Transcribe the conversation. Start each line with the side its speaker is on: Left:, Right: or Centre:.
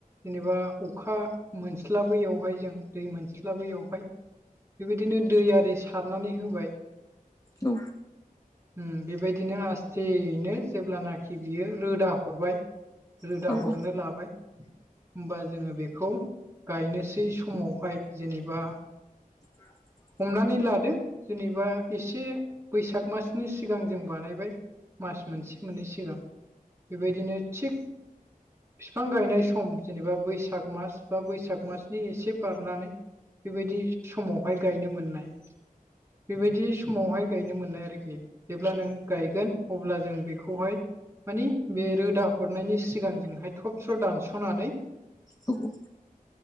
Right: जेनेबा अखा मोनस्लाबैयावहाय जों दै मोनस्लाबैयावहाय बेबायदिनो दै आरि सारनानै होबाय।
Left: औ
Right: उम बेबायदिनो आस्थेयैनो जेब्लानाखि बियो रोदा हरबाय। रोदा
Left: औ
Right: हरनो लाबाय। होमबा जोङो बेखौ गायनोसै समावहाय जेनेबा
Left: <unintelligible> <inaudible>
Right: हमनानै लादो जेनेबा एसे बैसाग मासनि सिगां जों बानायबाय। मास मोनसे मोननै सिगां बेबायदिनो थिग फिफां गायनाय सम जेनेबा बैसाग मास बा बैसाग मासनि एसे बारनानै बेबायदि समावहाय गायनो मोननाय। बेबायदि समावहाय गायनो मोननाय आरोखि जेब्ला नों गायगोन अब्ला जों बेखौहाय मानि बे रोदा हरनायनि सिगांजोंहाय थब स्र' दानस'नानै
Left: औ-औ